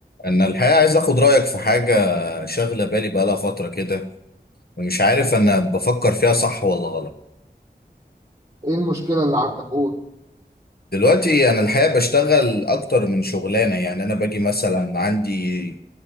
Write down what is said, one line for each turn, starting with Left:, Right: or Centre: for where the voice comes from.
Left: انا الحقيقه عايز اخد رايك في حاجه شاغله بالي بقالها فتره كده ومش عارف انا بفكر فيها صح ولا غلط
Right: ايه المشكلة اللي عندك قول
Left: دلوقتي انا الحقيقه بشتغل اكتر من شغلانه يعني انا باجي مثلا عندي